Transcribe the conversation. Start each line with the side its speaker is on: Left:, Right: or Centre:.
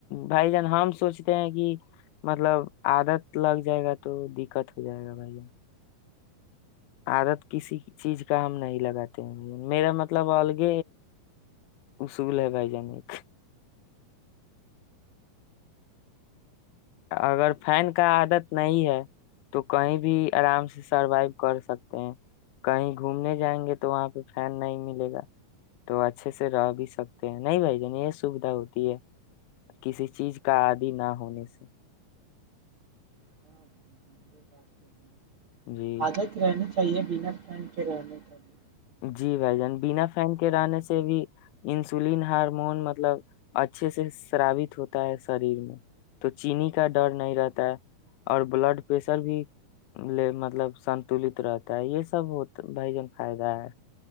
Left: بھائی جان ہم سوچتے ہیں کہ مطلب عادت لگ جائے گا تو دقت ہو جائے گا بھائی جان عادت کسی چیز کا ہم نہیں لگاتے ہیں بھ میرا مطلب الگ اصول ہے بھائی جان ایک اگر فین کا عادت نہیں ہے تو کہیں بھی آرام سے سروائو کر سکتے ہیں کہیں گھومنے جائیں گے تو وہاں پہ فین نہیں ملے گا تو اچھے سے رہ بھی سکتے ہیں نہیں بھائی جان یہ سویدھا ہوتی ہے کسی چیز کا عادی نہ ہونے سے
Right: ہاں بھائی جان، یہ بات تو ہے
Left: جی
Right: عادت رہنے کہیے بنا پھن کے رہنے چاہیے
Left: جی بھائی جان بنا فین کے رہنے سے بھی انسولین ہارمون مطلب اچھے سے شرابت ہوتا ہے شریر میں تو چینی کا ڈر نہیں رہتا ہے اور بلڈ پریشر بھیے مطلب سنتولت رہتا ہے یہ سب ہوتا بھائی جان فائدہ ہے